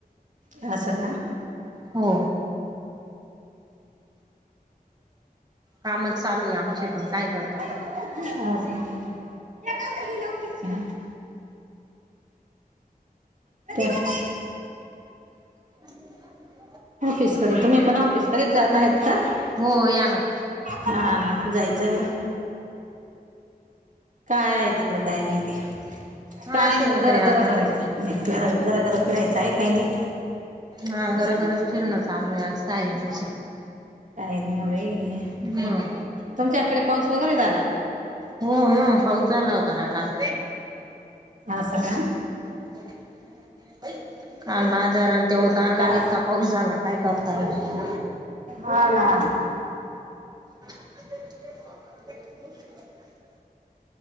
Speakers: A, on the right; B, on the right.
A: मग असं का
B: हो. काम चालू आहे आमचे पण, काय करता?
A: <unintelligible> प्रतिभाताई!
B: ह
A: ऑफिसकडे तुम्ही पण ऑफिसकडेच जात आहेत क
B: हो, याना.
A: हा ना, जायचं आहे हो काय आहे तिकड काय माहिती?
B: हा
A: काय
B: असेल
A: नाही
B: ना
A: जरा
B: काही
A: जरा
B: आता
A: बरं आहेचा. निघतोय आम्ही, गरागरा फिरायचं आहे काही नाही.
B: हा गरागराच
A: असं
B: फिरणं चालूये, आज काय आहे-
A: काही नाही बाई
B: हम्म
A: तुमच्याकडे पाऊस वगैरे झाला का
B: हो मग पाऊस झाला होता ना काल.
A: अस का?
B: <inaudible> काल बाजार आणि ते होता,
A: का
B: काल इतका पाऊस झाला काय करता नाही आलं.
A: हा ना.
B: <unintelligible>